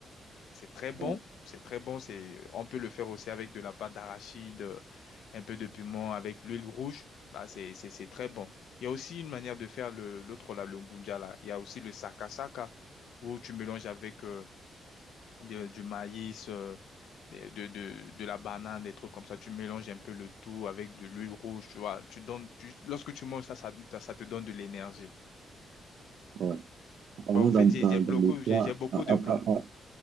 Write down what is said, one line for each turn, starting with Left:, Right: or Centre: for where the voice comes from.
Left: C'est très bon,
Right: Ouais,
Left: c'est très bon. C'est, on peut le faire aussi avec de la pâte d'arachide, euh, un peu de piment, avec l'huile rouge. Là, c'est, c'est, c'est très bon. Il y a aussi une manière de faire le, l'autre, là, le ngunja, là. Il y a aussi le sakasaka, où tu mélanges avec euh, de- du maïs, euh, des- de, de, de la banane, des trucs comme ça. Tu mélanges un peu le tout avec de l'huile rouge, tu vois. Tu donnes, tu- lorsque tu manges ça, ça, ça, ça te donne de l'énergie.
Right: ouais. Apparemment,
Left: Bah, en fait,
Right: dans, dans,
Left: j'ai j'ai
Right: dans
Left: beaucoup,
Right: les plats,
Left: j'ai j'ai beaucoup
Right: a- a-
Left: de
Right: a-
Left: plats.
Right: a-